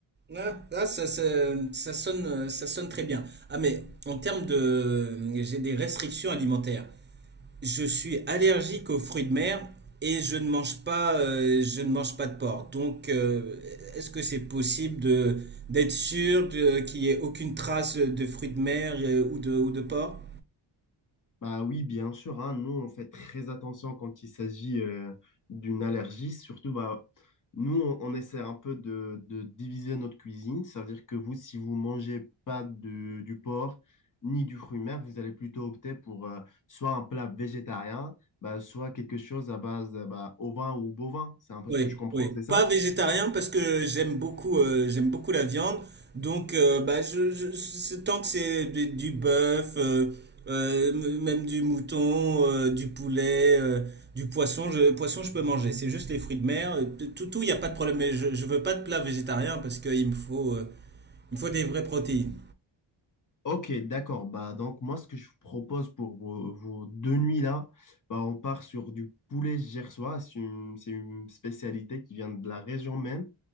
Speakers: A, on the right; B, on the left.
A: Ah, ah, ça, ça- ça sonne, euh, ça sonne très bien. Ah, mais en termes de... J'ai des restrictions alimentaires. Je suis allergique aux fruits de mer et je ne mange pas, euh, je ne mange pas de porc. Donc, euh, est-ce que c'est possible de, d'être sûr de, qu'il n'y ait aucune trace de fruits de mer euh, ou de, ou de porc?
B: Bah oui, bien sûr, hein, nous on fait très attention quand il s'agit euh, d'une allergie. Surtout, bah, nous on, on essaie un peu de, de diviser notre cuisine. Ça veut dire que vous, si vous mangez pas de- du porc ni du fruit mer, vous allez plutôt opter pour euh, soit un plat végétarien, bah, soit quelque chose à base euh, bah, ovin ou bovin. C'est un peu
A: Oui,
B: ce que je comprends,
A: oui.
B: c'est ça?
A: Pas végétarien parce que j'aime beaucoup, euh, j'aime beaucoup la viande. Donc, euh, bah, je, je- c'est- tant que c'est du, du bœuf, euh, euh, m- même du mouton, euh, du poulet, euh, du poisson, je, poisson, je peux manger. C'est juste les fruits de mer. euh, Tout, tout, il n'y a pas de problème. Mais je, je veux pas de plat végétarien parce qu'il me faut, euh, il me faut des vraies protéines.
B: Ok, d'accord. Bah, donc, moi, ce que je vous propose pour vos, vos deux nuits-là, bah, on part sur du poulet gersois. C'est une, c'est une spécialité qui vient de la région même,